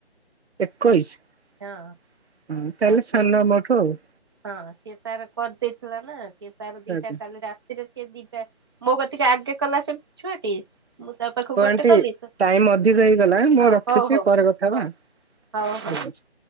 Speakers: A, on the right; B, on the right.
A: ଏକୋଇଶ
B: ହଁ।
A: ତାହେଲେ
B: ଆଉ
A: ସାନ
B: ସେ
A: ମୋ ଠୁ ଆଉ।
B: ହଁ ସିଏ ତାର କରିଦେଇଥିଲା ନା ସିଏ ତାର ଦିଟା
A: ଆଜ୍ଞା।
B: କାଲି ରାତିରେ ସେ ଦିଟା ମୋ କତିିକି ଆଗେ କଲା କେମ୍ ଛୁଆଟି ମୁଁ ତା ପାଖକୁ
A: ହଁ
B: ଗୋଟେ
A: ଆଣ୍ଟି
B: କଲି ତ
A: ଟାଇମ୍ ଅଧିକ ହେଇଗଲା ମୁଁ
B: ହଁ
A: ରଖୁଛି
B: ହଉ ହଉ
A: ପରେ କଥା ହବା।
B: ହଁ
A: ଠିକ୍
B: ହଉ ହଉ।
A: ଅଛି।